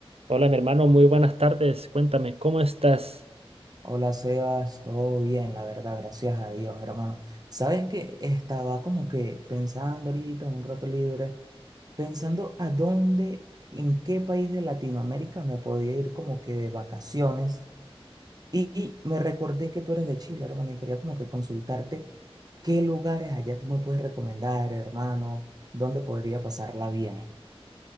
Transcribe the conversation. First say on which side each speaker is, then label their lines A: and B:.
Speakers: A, on the right (about 75°); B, on the right (about 40°).
A: Hola, mi hermano, muy buenas tardes. Cuéntame, ¿cómo estás?
B: Hola Sebas, todo bien, la verdad, gracias a Dios, hermano. Sabes que estaba como que pensando ahorita, un rato libre, pensando a dónde, en qué país de Latinoamérica me podía ir como que de vacaciones. Y, y me recordé que tú eres de Chile, hermano, y quería como que consultarte qué lugares allá tú me puedes recomendar, hermano, dónde podría pasarla bien.